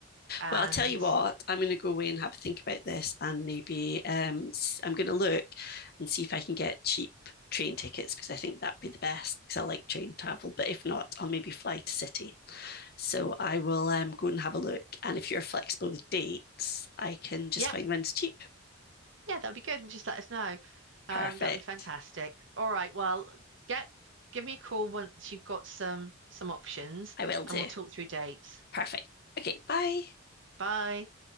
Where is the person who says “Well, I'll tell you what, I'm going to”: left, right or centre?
Left